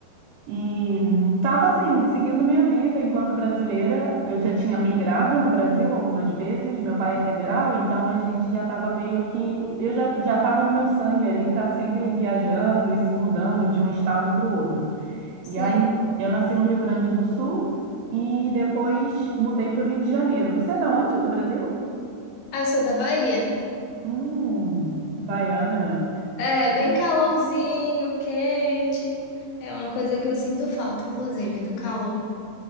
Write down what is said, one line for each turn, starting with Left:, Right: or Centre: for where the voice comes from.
Right: E estava assim, seguindo minha vida enquanto brasileira. Eu já tinha migrado no Brasil algumas vezes. Meu pai é federal, então a gente já estava meio que. Eu já já estava no meu sangue ali, tá sempre viajando e se mudando de um estado para o outro.
Left: Sim.
Right: E aí eu nasci no Rio Grande do Sul e depois mudei para o Rio de Janeiro. Você é da onde do Brasil?
Left: Ah, eu sou da Bahia.
Right: Hum, baiana.
Left: É, bem calorzinho, quente. É uma coisa que eu sinto falta, inclusive, do calor.